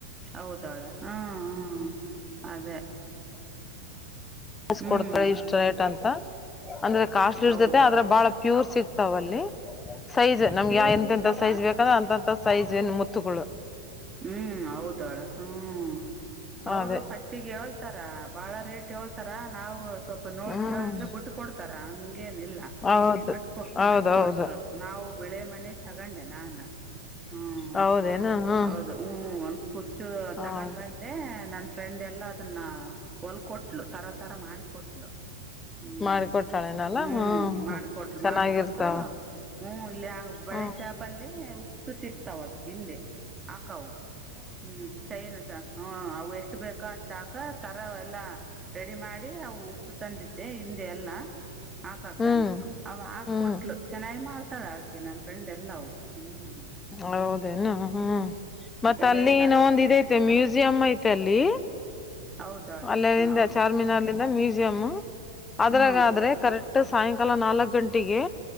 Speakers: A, on the right (about 20°); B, on the left (about 20°).
A: ಹೌದಾಳ ಹಾ ಹ್ಮ ಅದೇ
B: ಸ <unintelligible>
A: ಹ್ಮ್
B: ಕೊಡ್ತಾಳೆ ಇಷ್ಟ ರೇಟ್ ಅಂತ ಅಂದ್ರೆ ಕಾಸ್ಟ್ ಇರ್
A: ಹೌದಾಳು
B: ಜತತೆ ಅದ್ರ ಬಹಳ ಪ್ಯೂರ್ ಸಿಗ್ ತವಲ್ಲಿ ಸೈಜ್ ನಮ್ಗೆ
A: ಪ್ಯೂರ್
B: ಎಂತಂತ
A: ಸಿಗ್ತಾವ
B: ಸೈಜ್ೇಕಂದ್ರೆ ಅಂತಂತ ಸೈಜ್ ಏನು ಮುತ್ತುಗಳು
A: ಹ್ಮ್ ಹೌದಾಳ ಹ್ಮ್ ಅವರು
B: ಅದೇ
A: ಫಸ್ಟಿಗೆ ಹಳ್ ತರಾ ಬಾಳ ರೇಟ್ ಯೋಳ್ತರಾ ನಾವು ಸ್ವಲ್ಪ ನೋಡ್
B: ಹ್ಮ್
A: ಕೇಳಿದ್ರೆ ಬಿಟ್ ಕೊಡ್ತಾರ ಹಂಗೆನಿಲ್ಲ
B: ಹೌದು
A: ಬಿಟ್ಕೊ
B: ಹೌದೌದು
A: ಬಿಟ್ಕೊಟ್ರು ನಾವು ವಿಳೆ ಮನೆ ತಗೊಂಡೆ ನಾನು ಹ್ಮ್
B: ಹೌದೇನು ಹುಂ.
A: ಹೌದು ಹ್ಮ ಒಂದ್ ಖುರ್ಚು ತಗೊಂಡ್
B: ಹೌದು
A: ಬಂದೆ ನನ್ ಫ್ರೆಂಡ್ ಎಲ್ಲಾ ಅದನ್ನ <unintelligible> ಕೊಟ್ಲು ಸರತ್ ತರ ಮಾಡಿಕೊಟ್ಲು ಹ್ಮ್
B: ಮಾಡಿಕೊಟ್ಟಾಳೆನಲ್ಲ
A: ಹ್ಮ್ ಮಾಡ್ಕೊಟ್ಲು
B: ಹ್ಮ್ ಚೆನ್ನಾಗಿರ್ತಾವ
A: ಮಾಡ್ಕೊಟ್ಟು ಹ್ಮ್ ಇಲ್ಲಿ ಹಂಗ ಬಳೆ
B: ಹ್ಮ್
A: ಶಾಪ್ ಅಲ್ಲಿ ಸು ಸಿಕ್ತಾವತ ತಿನ್ಂದೇ ಆಕೌ ಹ್ಮ್ ಚೈನು ಸಹ ಅವೇ ಎಷ್ಟು ಬೇಕಾ ಅಷ್ಟಾಕ ಸರ ಎಲ್ಲ ರೆಡಿ ಮಾಡಿ ಅ ಉಕ್ಸು ತಂದಿದ್ದೆ ಹಿಂದೆಯಲ್ಲ ಹಾಕಾಕ
B: ಹ್ಮ್
A: ಅವ ಹಾಕ್
B: ಹ್ಮ್
A: ಕೊಟ್ಲು ಚೆನ್ನಾಗಿ ಮಾಡ್ ಒತ್ತಳ ಹಾಕಿ ನನ್ ಫ್ರೆಂಡ್ ಎಲ್ಲಾವು ಹ್ಮ್.
B: ಹೌದ್ <unintelligible> ಹ್ಮ್ ಮತ್
A: ಎಲ್ಲ
B: ಅಲ್ಲಿ
A: ನಾನು
B: ಇನ್ನೊಂದು ಇದ್ ಐತೆ ಮ್ಯೂಸಿಯಂ ಐತೆ ಅಲ್ಲಿ
A: ಹೌದಾಳ
B: ಅಲ್ಲಲ್ಲಿಂದ
A: ಹಾ
B: ಚಾರ್ಮಿನಾರ್ ನಿಂದ ಮ್ಯೂಸಿ ಜಮ್ಮು ಅದ್ರಾಗಾದ್ರೆ
A: ಹಾ
B: ಕರೆಕ್ಟ್ ಟ್ ಸಾಯಂಕಾಲ ನಾಲ್ಕಕ್ ಗಂಟೆಗೆ.